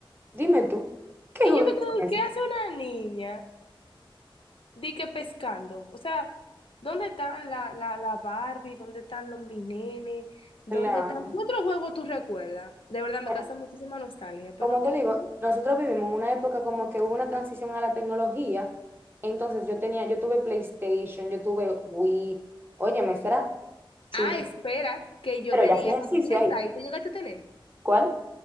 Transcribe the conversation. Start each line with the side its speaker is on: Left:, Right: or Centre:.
Right: Dime tú, ¿qué
Left: Y
Right: juguetes
Left: yo me quedé,
Right: son esos?
Left: ¿qué hace una niña de que pescando? O sea, ¿dónde están la, la, la Barbie? ¿Dónde están los mi nenes? ¿Dónde
Right: Claro.
Left: están? ¿Qué otro juego tú recuerdas? De verdad me
Right: Bueno,
Left: causa muchísima nostalgia, pero
Right: como te
Left: ¿qué?
Right: digo,
Left: qué?
Right: nosotros vivimos en una época como que hubo una transición a la tecnología. Entonces yo tenía, yo tuve PlayStation, yo tuve Wii. Oye, me era chulo.
Left: Ah, espera, que yo
Right: Pero
Left: tenía
Right: ya hacía ejercicio
Left: 10
Right: ahí.
Left: ahí. ¿Tú llegaste a tener?
Right: ¿Cuál?